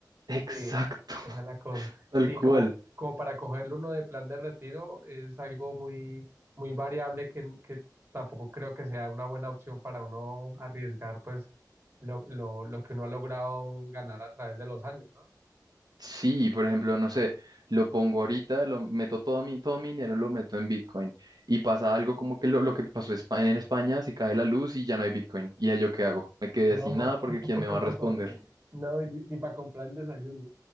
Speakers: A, on the right; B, on the right.
A: Exacto,
B: Sí, esa es la cosa.
A: <laughs> tal
B: Y
A: cual.
B: como, como para cogerlo uno de plan de retiro es algo muy, muy variable que, que tampoco creo que sea una buena opción para uno arriesgar pues lo, lo, lo que uno ha logrado ganar a través de los años, ¿no?
A: Sí, por ejemplo, no sé, lo pongo ahorita, lo meto todo mi, todo mi dinero, lo meto en Bitcoin y pasa algo como que lo, lo que pasó en Espa- en España, se cae la luz y ya no hay Bitcoin. ¿Y ya yo qué hago? Me quedé
B: No,
A: sin nada porque
B: <laughs>
A: ¿quién me va a responder?
B: no, y ni, para comprar el desayuno.